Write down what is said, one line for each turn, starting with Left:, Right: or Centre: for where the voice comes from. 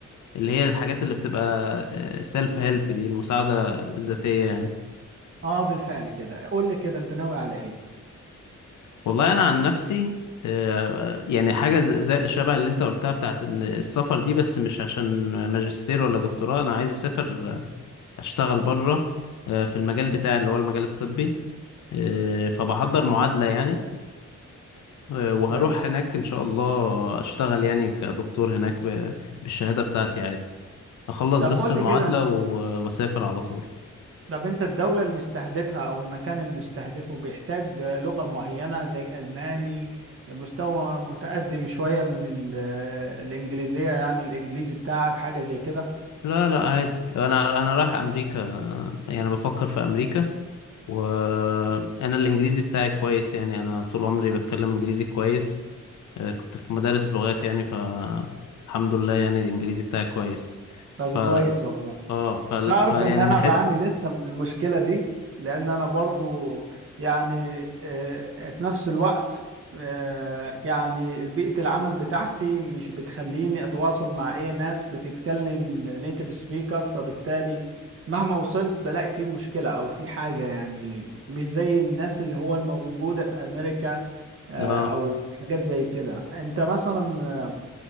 Left: اللي هي الحاجات اللي بتبقى سيلف هيلب دي المساعدة الذاتية يعني
Right: اه بالفعل كده قول لي كده انت ناوي على ايه
Left: والله انا عن نفسي آه، يعني حاجه ز- زي شبه اللي انت قلتها بتاعت ان السفر دي بس مش عشان ماجستير ولا دكتوراه انا عايز اسافر آه، اشتغل بره آه، في المجال بتاعي اللي هو المجال الطبي آه، فبحضر معادله يعني آه، وهروح
Right: كويس
Left: هناك ان شاء الله اشتغل يعني كدكتور هناك ب- بالشهاده بتاعتي عادي اخلص
Right: طب
Left: بس
Right: قول
Left: المعادله
Right: لي كده
Left: و- واسافر على طول
Right: طب انت الدولة المستهدفها او المكان المستهدفه بيحتاج لغة معينة زي الماني مستوى متقدم شوية من ال- الانجليزية يعني الانجليزي بتاعك حاجة زي كده
Left: لا لا عادي انا انا رايح امريكا آه، يعني بفكر في امريكا وانا الانجليزي بتاعي كويس يعني انا طول عمري بتكلم انجليزي كويس آه، كنت في مدارس لغات يعني ف الحمد لله يعني الانجليزي بتاعي كويس
Right: طب
Left: ف
Right: كويس والله
Left: اه ف...
Right: تعرف
Left: ف يعني
Right: ان انا
Left: من حيث
Right: بعاني لسه من المشكله دي لان انا برضو يعني آه، في نفس الوقت آه، يعني بيئه العمل بتاعتي مش بتخليني اتواصل مع اي ناس بتتكلم نيتيف سبيكر فبالتالي مهما وصلت بلاقي في مشكله او في حاجه يعني مش زي الناس اللي هو الموجوده في امريكا آه،
Left: اه
Right: او حاجات زي كده انت مثلا